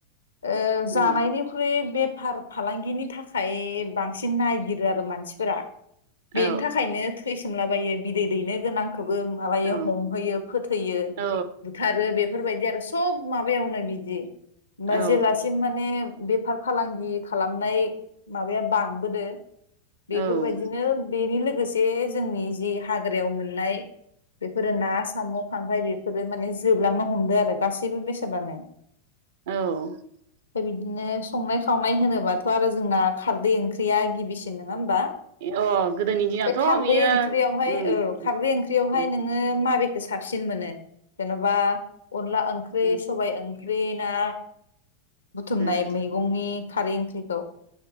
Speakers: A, on the left; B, on the right.
A: ओ
B: औ
A: जानायनिख्रुइ बेफार फालांगिनि थाखाय बांसिन नायगिरो आरो मानसिफोरा
B: औ
A: बेनि थाखायनो थैसोमला बा बायो बिदै दैनो गोनां। बो माबायो
B: औ
A: हमहैयो फोथैयो
B: औ
A: बुथारो बेफोरबायदि आरो स सब माबायावनो बिदि मा
B: औ
A: जेलासिम माने बेफार फालांगि खालामनाय माबाया बांबोदो बेफोरबायदिनो
B: औ
A: बेनि लोगोसे लोगोसे जोंनि जि हाग्रायाव मोननाय बेफोरो ना साम' खांख्रारय बेफोरो माने जोबलांनो हमदों आरो। गासैबो बेसादानो
B: औ
A: ओमफाय बिदिनो संनाय खावनाय होनोबाथ' आरो जोंना खारदै ओंख्रिया गिबिसिन नङा होनबा
B: अ गोदोनि दिनावथ'
A: बे खारदै
B: बियो
A: ओंख्रियावहाय
B: उम
A: औ खारदै ओंख्रियावहाय
B: ओ
A: नोङो माबे साबसिन मोनो जेन'बा अनला ओंख्रि
B: ओ
A: सबाइ ओं बे ना बुथुमनाय
B: ओ
A: मैगंनि खारै ओंख्रिखौ